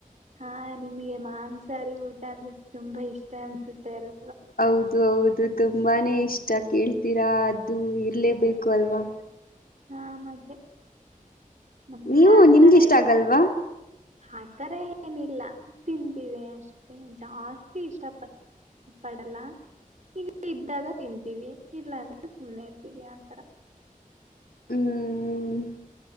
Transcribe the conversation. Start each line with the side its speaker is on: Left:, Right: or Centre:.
Right: ಹಾ ನಿಮ್ಗೆ ಮಾಂಸಾರಿ ಊಟ ಅಂದ್ರೆ ತುಂಬಾ ಇಷ್ಟ ಅನ್ಸುತ್ತೆ ಎಲ್ಲ
Left: ಹೌದು ಹೌದು ತುಂಬಾನೇ ಇಷ್ಟ ಕೇಳ್ತೀರಾ ಅದು ಇರ್ಲೇಬೇಕು ಲ್ವಾ
Right: ಹಾ ಮತ್ತೆ ನಮಗೆ
Left: ನೀವು
Right: ಆತರ
Left: ನಿಮ್ಗೆ ಇಷ್ಟ
Right: ಏನಿಲ್ಲ
Left: ಆಗಲ್ವಾ
Right: ಆತರ ಏನಿಲ್ಲ ತಿಂತೀವಿ ಅಷ್ಟೆ ಜಾಸ್ತಿ ಇಷ್ಟಪ ಪಡಲ್ಲ ಈಗ ಇದ್ದಾಗ ತಿಂತೀವಿ ಇಲ್ಲಾ ಅಂದ್ರೆ ಸುಮ್ಮನೆ ಇತೀವಿ ಆಂತರ
Left: ಹ್ಮ್